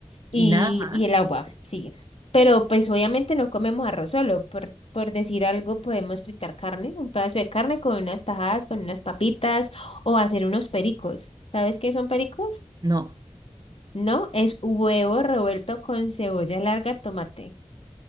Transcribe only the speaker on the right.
y nada más.
No.